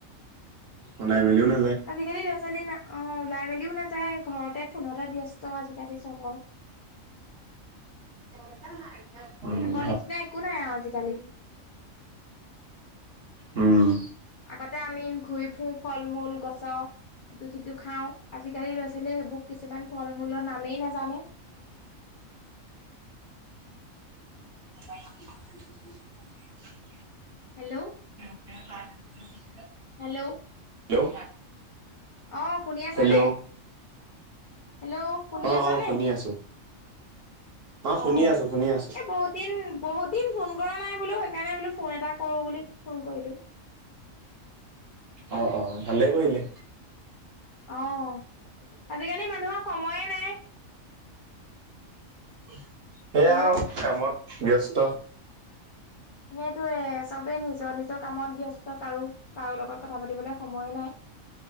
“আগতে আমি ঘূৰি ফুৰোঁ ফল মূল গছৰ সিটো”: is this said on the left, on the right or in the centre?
Left